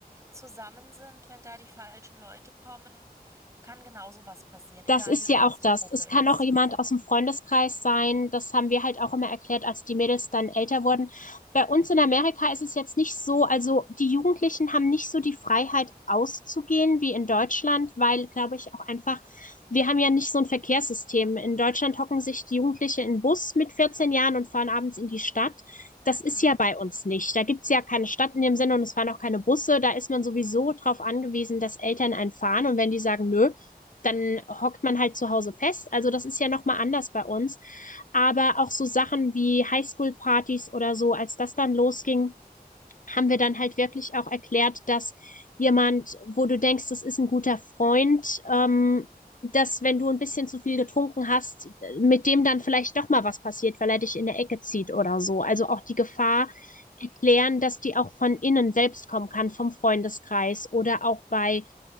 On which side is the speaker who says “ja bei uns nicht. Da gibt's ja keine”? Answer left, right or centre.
Left